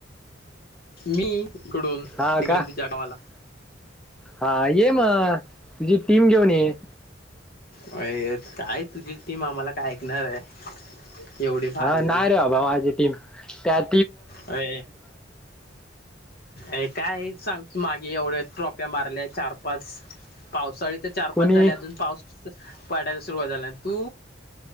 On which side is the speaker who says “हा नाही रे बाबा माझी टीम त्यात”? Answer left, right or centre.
Centre